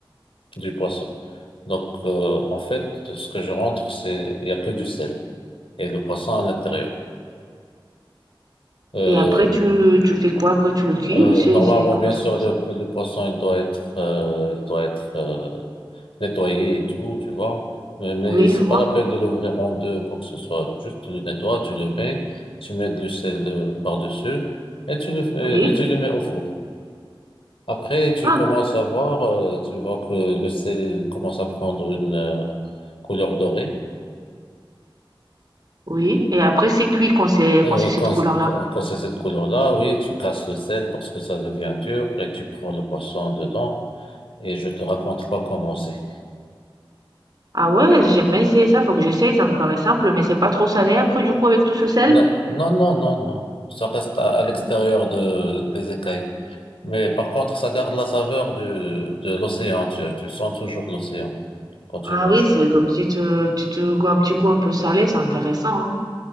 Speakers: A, on the left; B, on the right.
A: du poisson. Donc, euh, en fait, ce que je rentre, c'est, il n'y a que du sel, et le poisson à l'intérieur. Euh,
B: Et après, tu, tu fais quoi? Après, tu le cuis
A: Euh,
B: ou c'est,
A: normalement,
B: c'est, comment
A: bien
B: ça
A: sûr,
B: se passe?
A: le, le poisson, il doit être, euh, il doit être euh, nettoyé et tout, tu vois. Mais, mais
B: Oui,
A: c'est
B: je vois.
A: pas la peine de l'ouvrir en deux ou quoi que ce soit. Juste, tu le nettoies, tu le mets, tu mets du sel euh, par-dessus et tu le fais,
B: Oui.
A: et tu le mets au four. Après, tu
B: Ah,
A: commences à voir, euh, tu vois que le sel commence à prendre une euh, couleur dorée.
B: oui. Et après, c'est cuit quand c'est,
A: Euh,
B: quand c'est cette
A: Quand,
B: couleur-là.
A: quand quand c'est cette couleur-là, oui, tu casses le sel parce que ça devient dur et tu prends le poisson dedans. et je te raconte pas comment c'est.
B: Ah ouais, j'ai jamais essayé ça. Faut que j'essaye. Ça me paraît simple, mais c'est pas trop salé après, du coup, avec tout ce sel?
A: Non, non, non, non, non. Ça reste à, à l'extérieur
B: Non.
A: de, des écailles. Mais par contre, ça garde la saveur du, de l'océan. Tu, tu sens toujours l'océan quand tu
B: Ah
A: manges.
B: oui, c'est comme si tu, tu te goûtes un petit goût un peu salé. C'est intéressant, hein.